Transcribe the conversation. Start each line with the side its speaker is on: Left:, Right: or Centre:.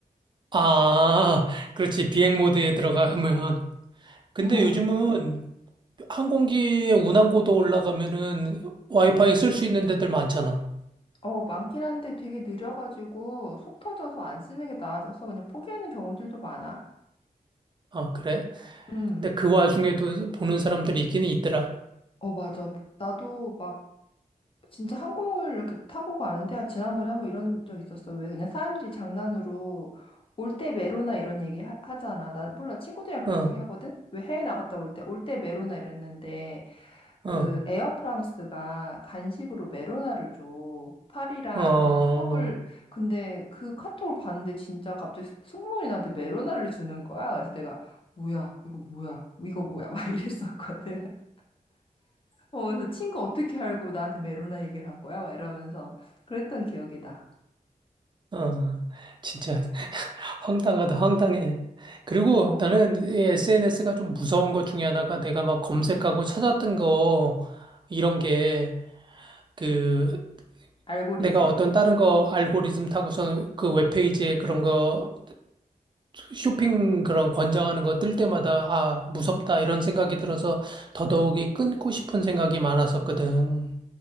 Right: 아, 그렇지. 비행 모드에 들어가면. 근데
Left: 음.
Right: 요즘은 항공기에 운항고도 올라가면은 와이파이 쓸 수 있는 데들 많잖아.
Left: 어, 많긴 한데 되게 느려가지고 속 터져서 안 쓰는 게 나아져서 그냥 포기하는 경우들도 많아.
Right: 아, 그래?
Left: 음,
Right: 근데 그 와중에도 보는 사람들이 있기는 있더라.
Left: 어, 맞아. 나도 막 진짜 항공을 이렇게 타고 가는데 아, 지난번에 한번 이런 적 있었어. 왜 그냥 사람들이 장난으로 올 때 메로나 이런 얘기 하, 잖아난 몰라. 친구들이랑 그런
Right: 어,
Left: 얘기 하거든? 왜 해외 나갔다 올 때 올 때 메로나 이랬는데 그
Right: 어,
Left: 에어프랑스가 간식으로 메로나를 줘. 파리랑
Right: 어,
Left: 서울. 근데 그 카톡을 봤는데 진짜 갑자기 승무원이 나한테 메로나를 주는 거야. 그래서 내가 뭐야? 이거 뭐야? 이거 뭐야? 막 이랬었거든. <laughs> 어, 그래서 친구 어떻게 알고 나한테 메로나 얘기를 한 거야? 막 이러면서 그랬던 기억이다.
Right: 어. 진짜 황당하다, 황당해. 그리고
Left: 어,
Right: 나는 SNS가 좀 무서운 것 중에 하나가 내가 막 검색하고 찾았던 거, 이런 게, 그,
Left: 알고리즘.
Right: 내가 어떤 다른 거 알고리즘 타고서 그 웹페이지에 그런 거 쇼핑 그런 권장하는 거 뜰 때마다 아, 무섭다 이런 생각이 들어서 더더욱이 끊고 싶은 생각이 많았었거든.